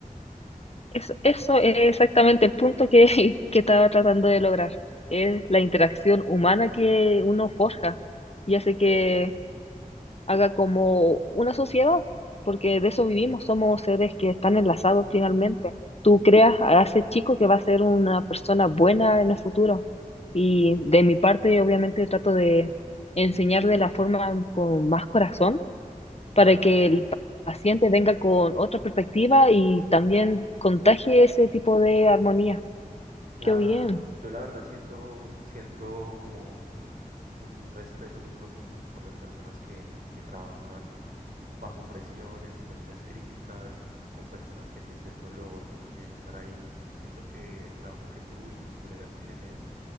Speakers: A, on the left; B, on the right.
A: Eso, eso es exactamente el punto que, <laughs> que estaba tratando de lograr. Es la interacción humana que uno forja y hace que haga como una sociedad, porque de eso vivimos, somos seres que están enlazados finalmente. Tú creas a ese chico que va a ser una persona buena en el futuro. Y de mi parte, obviamente, trato de enseñar de la forma con más corazón
B: Claro.
A: para que el paciente venga con otra perspectiva y también contagie ese tipo de armonía.
B: Claro,
A: Qué bien.
B: yo la verdad siento, siento como un respeto muy profundo por las personas que, que trabajan bajo presión, en situaciones críticas, con personas que sienten dolor, que no quieren estar ahí. Siento que el trabajo que tú y tus colegas tienen es,